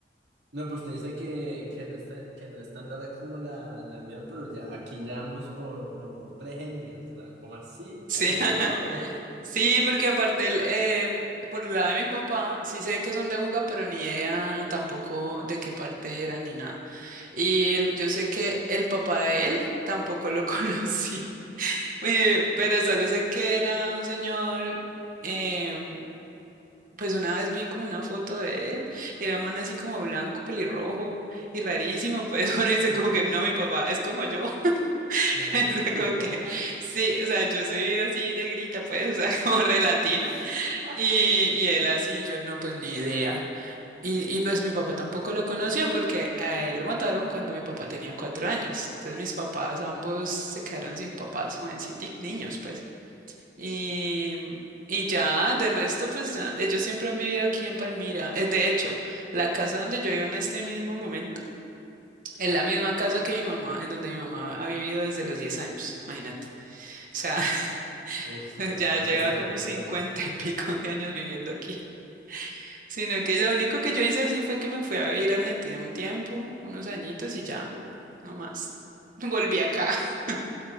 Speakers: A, on the right (about 75°); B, on the right (about 50°).
A: No, pues te dice que, que, no está, que no es tan larga como la, la mía, pero ya aquí ya vamos por, como por tres etnias. O sea, como así?
B: Sí,
A: Aquí
B: <laughs>
A: hay de todo.
B: sí, porque aparte, el, em, por el lado de mi papá, sí sé que son de Buga, pero ni idea tampoco de qué parte eran ni nada. Y el- yo sé que el papá de él tampoco lo <laughs> conocí, Eh, pero solo sé que era un señor, em, pues una vez vi como una foto de él, y era un man así como blanco, pelirrojo y rarísimo, pues <laughs> uno dice
A: <laughs>
B: como que no, mi papá es como yo.
A: ¿Blanco
B: <laughs> O sea,
A: pelirrojo?
B: como que, sí, o sea, yo soy así negrita, pues, o sea, <laughs> como relatina.
A: <laughs>
B: Y, y él así, yo no, pues ni idea. Y, y pues mi papá tampoco lo conoció porque a él lo mataron cuando mi papá tenía cuatro años. Entonces mis papás ambos se quedaron sin papás, jovencitos, niños, pues. Y, y ya, de resto, pues ya, ellos siempre han vivido aquí en Palmira. Es de hecho, la casa donde yo vivo en este mismo momento. Es la misma casa que mi mamá, en donde mi mamá ha vivido desde los 10 años, imagínate. O sea,
A: Uf,
B: <laughs>
A: re-
B: Ya
A: resto
B: lleva como
A: de tiempo.
B: cincuenta y pico de años viviendo aquí. Sino que lo único que yo hice así fue que me fui a vivir a Argentina un tiempo, unos añitos y ya, lo- no más. <laughs> Volví acá. <laughs>